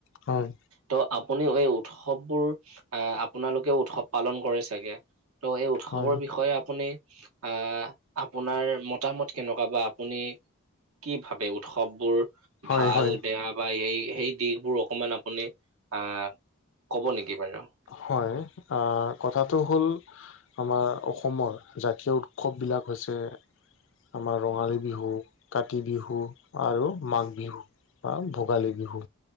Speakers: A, on the left (about 55°); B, on the right (about 75°).
A: হয়।
B: ত', আপুনি এই উৎসৱবোৰ, আ, আপোনালোকেও উৎসৱ পালন কৰে চাগে? ত', এই উৎসৱৰ
A: হয়
B: বিষয়ে আপুনি আ, আপোনাৰ মতামত কেনেকুৱা বা আপুনি কি ভাবে, উৎসৱ বোৰ
A: হয়
B: ভাল
A: হয়
B: বেয়া। বা এই সেই দিশবোৰ অকমান আপুনি অ', কব নেকি বাৰু।
A: হয়। অ', কথাটো হ'ল আমাৰ অসমৰ জাতীয় উৎসৱবিলাক হৈছে আমাৰ ৰঙালী বিহু, কাতি বিহু, আৰু মাঘ বিহু। বা ভোগালী বিহু।